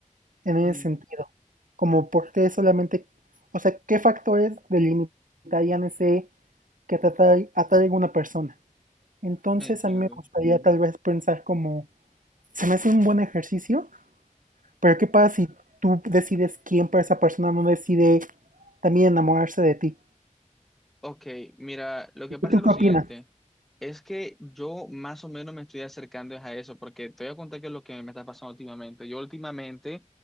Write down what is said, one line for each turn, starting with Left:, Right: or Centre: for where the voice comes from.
Right: En ese
Centre: Mm,
Right: sentido. Como por qué solamente, o sea, qué factores delimitarían ese que atrae, atrae a una persona. Entonces
Centre: entiendo.
Right: a mí me gustaría tal vez pensar como, se me hace un buen ejercicio, pero ¿qué pasa si tú decides quién para esa persona no decide también enamorarse de ti?
Centre: Ok, mira, lo que pasa
Right: ¿Tú
Centre: es lo
Right: qué
Centre: siguiente,
Right: opinas?
Centre: es que yo más o menos me estoy acercando es a eso, porque te voy a contar qué es lo que me está pasando últimamente. Yo últimamente,